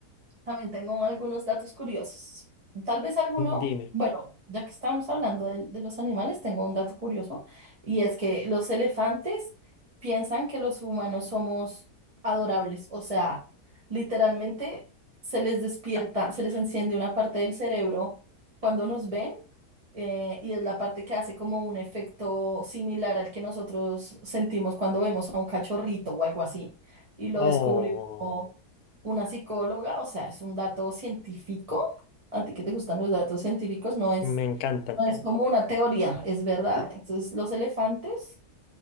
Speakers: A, on the right (about 25°); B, on the left (about 75°).
A: También tengo algunos datos curiosos. Tal vez alguno,
B: Dime.
A: bueno, ya que estamos hablando de, de los animales, tengo un dato curioso y es que los elefantes piensan que los humanos somos adorables, o sea, literalmente se les despierta, se les enciende una parte del cerebro cuando nos ven eh, y es la parte que hace como un efecto similar al que nosotros sentimos cuando vemos a un cachorrito o algo así. Y lo
B: Oh,
A: descubrió una psicóloga, o sea, es un dato científico. A ti que te gustan los datos científicos, no es,
B: me encantan.
A: no es como una teoría, es verdad. Entonces, los elefantes